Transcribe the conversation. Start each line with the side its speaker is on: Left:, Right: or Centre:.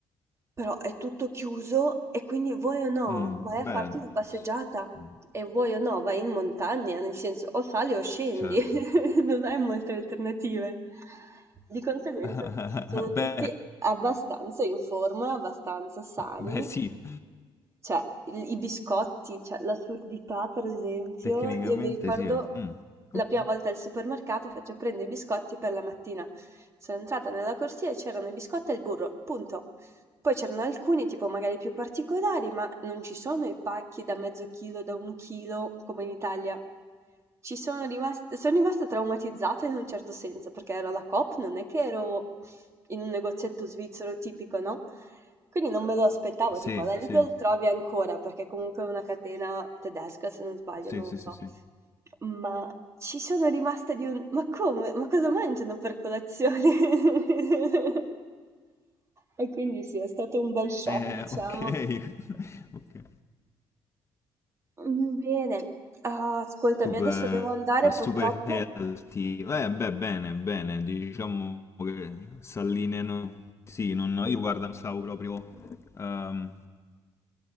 Right: però è tutto chiuso e quindi vuoi o no
Left: Mh.
Right: vai
Left: Beh,
Right: a farti una passeggiata
Left: s mh,
Right: e vuoi o no vai in montagna, nel senso o sali o scendi,
Left: certo.
Right: <laughs> non hai molte alternative. Di conseguenza
Left: <laughs>
Right: sono tutti
Left: Beh,
Right: abbastanza in forma, abbastanza sani
Left: beh sì,
Right: cioè, i i biscotti, cioè l'assurdità, per esempio,
Left: tecnicamente
Right: io mi ricordo
Left: sì. Mh.
Right: la
Left: Okay.
Right: prima volta al supermercato faccio prendo i biscotti per la mattina. Sono entrata nella corsia e c'erano i biscotti e il burro, punto. Poi c'erano alcuni, tipo magari più particolari, ma non ci sono i pacchi da mezzo chilo, da un chilo, come in Italia. Ci sono rimasta, sono rimasta traumatizzata in un certo senso, perché ero alla Coop, non è che ero in un negozietto svizzero tipico, no? Quindi non me lo aspettavo,
Left: Sì,
Right: tipo alla Lidl
Left: sì.
Right: trovi ancora, perché comunque è una catena tedesca, se non sbaglio,
Left: Sì,
Right: non
Left: sì,
Right: lo so.
Left: sì, sì.
Right: Ma ci sono rimasta di un: "Ma come? Ma cosa mangiano per colazione?" <laughs> E quindi sì, è stato un bel shock,
Left: Eh,
Right: diciamo.
Left: okay. <laughs> Okay.
Right: Mhmm, bene. Ah, ascoltami,
Left: Super,
Right: adesso devo andare
Left: super
Right: purtroppo.
Left: healthy. Eh, beh, bene, bene. Diciamo che s'allineano. Sì, non, io guarda, non stavo proprio. ehm,